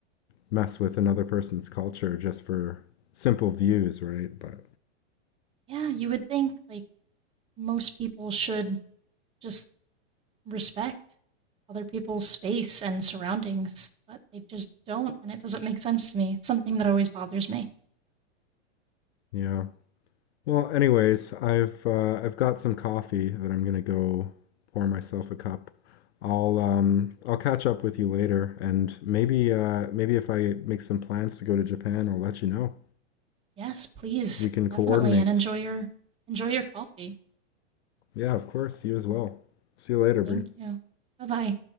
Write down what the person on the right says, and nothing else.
Yeah, you would think like most people should just respect other people's space and surroundings, but they just don't and it doesn't make sense to me. It's something that always bothers me.
Yes, please.
Definitely and enjoy your enjoy your coffee.
Thank
you. Bye bye.